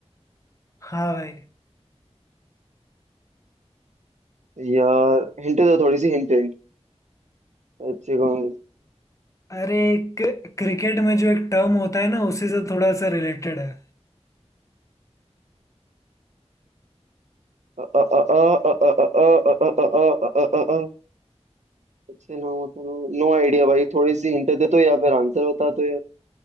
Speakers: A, on the left; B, on the right.
A: हाँ भाई
B: यार हिंट दो थोड़ी सी हिंट हिंट एच से कौन
A: अरे क- क्रिकेट में जो एक टर्म होता है ना उसी से थोड़ा सा रिलेटेड है
B: अ अ अ अ अ अ अ अ अ अ अ अ अच्छे नो नो आइडिया भाई थोड़ी सी हिंट दे तो या फिर आंसर बता दो